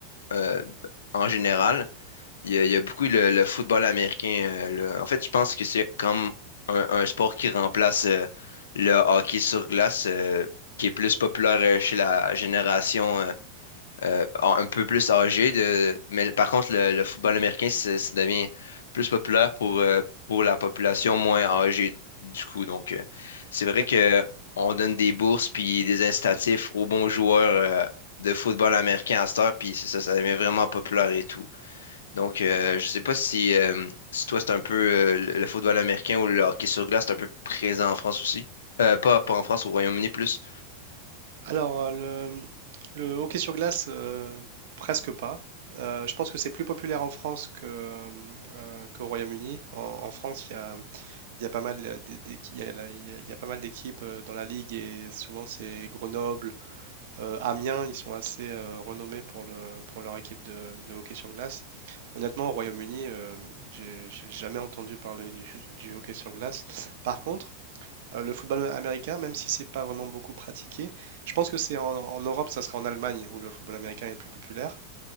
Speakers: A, on the left (about 65°); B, on the right (about 55°).
A: euh, en général, il y a, il y a beaucoup le, le football américain. euh, le- En fait, je pense que c'est comme un, un sport qui remplace euh, le hockey sur glace, euh, qui est plus populaire euh, chez la génération euh, euh, en- un peu plus âgée. De... Mais par contre, le, le football américain, c'est- ça devient plus populaire pour, euh, pour la population moins âgée du coup. Donc, euh, c'est vrai
B: D'accord.
A: que on donne des bourses puis des incitatifs aux bons joueurs euh, de football américain à cette heure, puis c'est ça, ça devient vraiment populaire et tout. Donc, euh, je sais pas si, euh, si toi, c'est un peu euh, le le football américain ou le hockey sur glace, c'est un peu présent en France aussi. Euh, pas, pas en France, au Royaume-Uni plus.
B: Alors, euh, le, le hockey sur glace, euh, presque pas. Euh, je pense que c'est plus populaire en France que, euh, euh, qu'au Royaume-Uni. En, en France, il y a, il y a pas mal euh, d'é- d'équi- il y a la- il y a- il y a pas mal d'équipes euh, dans la ligue et souvent c'est Grenoble, euh, Amiens, ils sont assez euh, renommés pour, le, pour leur équipe de, de hockey sur glace. Honnêtement, au Royaume-Uni, euh, j'ai j'ai jamais entendu parler du, <laughs> du hockey sur glace. Par contre, Euh, le football américain, même si c'est pas vraiment beaucoup pratiqué, je pense que c'est en, en Europe, ça sera en Allemagne où le football américain est le plus populaire.